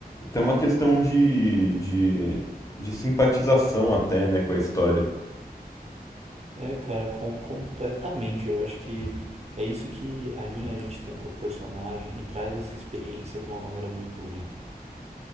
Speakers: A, on the left; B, on the right.
A: até uma questão de, de, de simpatização até, né, com a história.
B: É, cara, com, completamente. Eu acho que é isso que alinha a gente tanto ao personagem e traz essa experiência de uma maneira muito única.